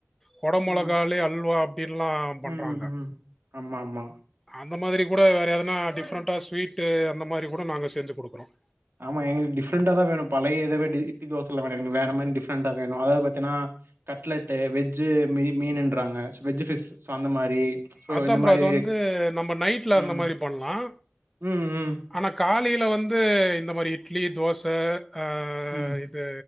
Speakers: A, in the centre; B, on the right.
A: குட மிளகாய்லயே
B: ம்
A: அல்வா அப்படின்ல்லாம் பண்றாங்க
B: ம் ம் ஆமா ஆமா
A: அந்த மாதிரி கூட வேற எதனா டிஃப்ரெண்ட்டா ஸ்வீட்டு அந்த மாதிரி கூட நாங்க செஞ்சு குடுக்குறோம்
B: ஆமா எங்களுக்கு டிஃப்ரண்டா தான் வேணும் பழைய இது மாரி இட்லி தோசல்ல வேணாம் எங்களுக்கு வேற மாதிரி டிஃப்ரெண்டா வேணும் அதாவது பாத்தீன்னா கட்லெட்டு வெஜ் மீ மீனுன்றாங்க வெஜ் ஃபிஷ் சோ அந்த மாரி சோ
A: அதான்
B: இந்த
A: ப்ரோ
B: மாரி
A: அது வந்து நம்ம நைட்ல
B: ம்
A: அந்த மாதிரி பண்ணலாம்
B: ம் ம்
A: <inaudible> ஆனா காலைல வந்து இந்த மாரி இட்லி தோச அ
B: ம்
A: இது